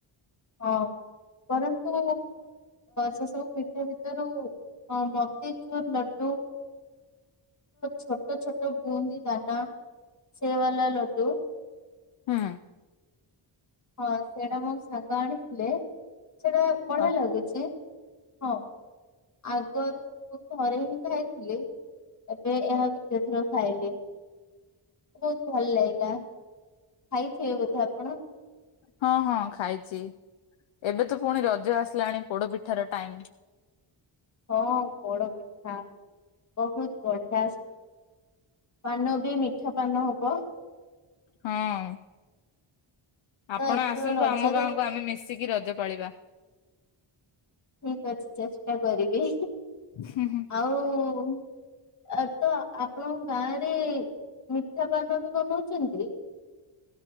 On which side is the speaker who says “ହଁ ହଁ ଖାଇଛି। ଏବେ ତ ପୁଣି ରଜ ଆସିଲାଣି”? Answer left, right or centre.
Left